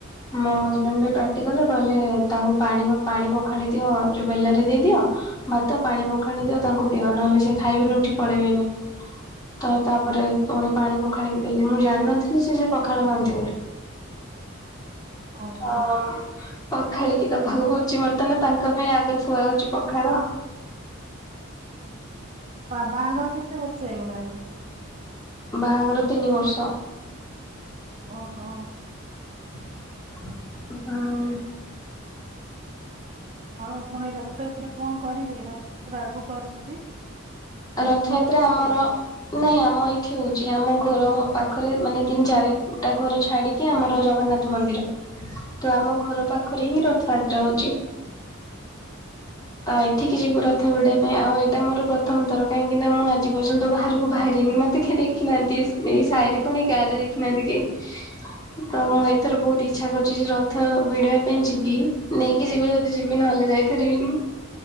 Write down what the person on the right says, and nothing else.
<unintelligible> ଓହୋ।
ବା ବାହାଘର କେତେ ବର୍ଷ ହେଇଗଲାଣି?
ଓହୋ।
ହଁ ଆପଣ ଏଇ ରଥଯାତ୍ରା କଣ କରିବେ ରଥଯାତ୍ରା ଆଗକୁ ଆସୁଛି? ପୁରୀ
ବୁଲିବାକୁ ଆସିବେ?
<unintelligible>